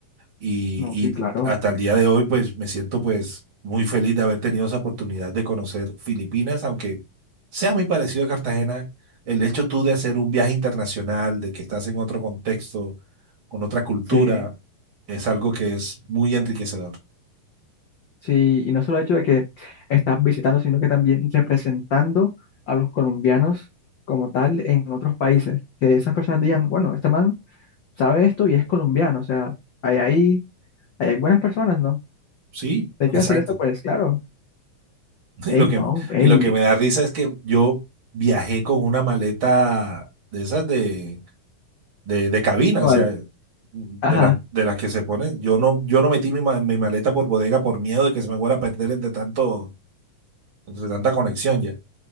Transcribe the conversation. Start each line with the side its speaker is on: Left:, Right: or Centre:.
Right: y,
Left: No, sí,
Right: y
Left: claro.
Right: hasta el día de hoy pues me siento pues muy feliz de haber tenido esa oportunidad de conocer Filipinas, aunque sea muy parecido a Cartagena, el hecho tú de hacer un viaje internacional, de que estás en otro contexto, con otra cultura,
Left: Sí.
Right: es algo que es muy enriquecedor.
Left: Sí, y no solo el hecho de que estás visitando, sino que también representando a los colombianos como tal en otros países. Que esas personas digan, bueno, este man sabe esto y es colombiano, o sea, hay ahí, ahí hay buenas personas, ¿no?
Right: Sí,
Left: De hecho,
Right: exacto.
Left: hacer eso, pues claro,
Right: <laughs> Y
Left: ey,
Right: lo que,
Left: no, ey,
Right: y lo que me da risa es que yo viajé con una maleta de esas de, de, de cabina,
Left: ¿cuál?
Right: o sea, de,
Left: Ajá,
Right: la- de las que se ponen. Yo no, yo no metí mi, ma- mi maleta por bodega por miedo de que se me fuera a perder entre tanto, entre tanta conexión ya.